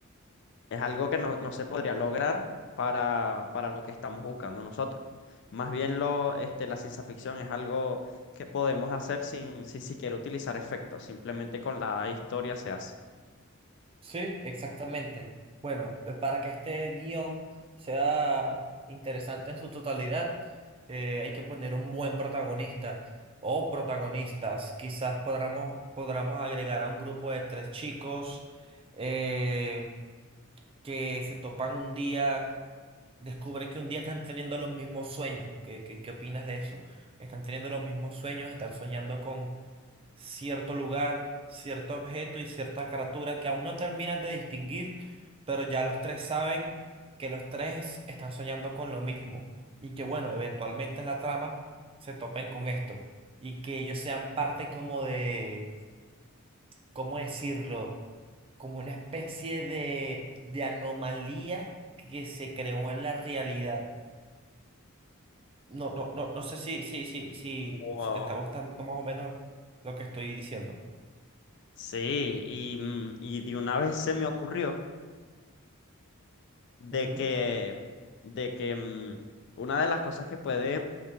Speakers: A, on the left (about 55°); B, on the right (about 25°).
A: es algo que no, no se podría lograr para, para lo que estamos buscando nosotros. Más bien lo, este, la ciencia ficción es algo que podemos hacer sin, sin siquiera utilizar efectos, simplemente con la historia se hace.
B: Sí, exactamente. Bueno, eh, para que este guión sea interesante en su totalidad, eh, hay que poner un buen protagonista o protagonistas. Quizás podamos, podamos agregar a un grupo de tres chicos eh, que se topan un día descubren que un día están teniendo los mismos sueños. ¿Qué, qué, qué opinas de eso? Están teniendo los mismos sueños, están soñando con cierto lugar, cierto objeto y cierta criatura que aún no terminan de distinguir, pero ya los tres saben que los tres están soñando con lo mismo y que bueno, eventualmente en la trama se topen con esto y que ellos sean parte como de, ¿cómo decirlo? Como una especie de, de anomalía que se creó en la realidad no, no, no, no sé si, si, si, si,
A: Wow.
B: si te está gustando más o menos lo que estoy diciendo.
A: Sí, y, mm, y de una vez se me ocurrió. de
B: Ujú.
A: que, de que mm, una de las cosas que puede